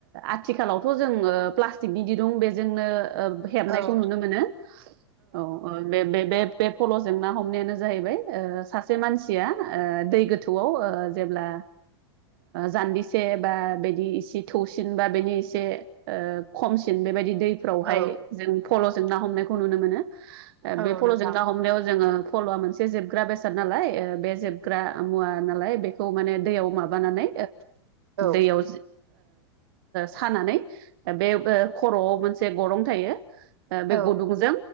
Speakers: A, on the right; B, on the right.
A: आथिखालावथ' जों प्लास्टिकनि दिदुं बेजोंनो हेबनायखौ
B: औ
A: नुनो मोनो औ बे बे फल'जों ना हमनायानो जाहैबाय सासे मानसिया दै गोथौआव जेब्ला जान्जिसे बा बिदि एसे थौसिन बा बेनि एसे खमसिन बेबायदि दैफ्रावहाय
B: औ
A: जों फल'जों ना हमनायखौ नुनो मोनो
B: औ
A: बे फल'जों
B: नोंथां
A: ना हमनायाव जोङो फल'आ मोनसे जोबग्रा बेसाद नालाय बे जोबग्रा मुवा नालाय बेखौ माने दैयाव माबानानै
B: औ
A: दैयाव सानानै बे खर'आव मोनसे गरं थायो बे
B: औ
A: गुदुंजों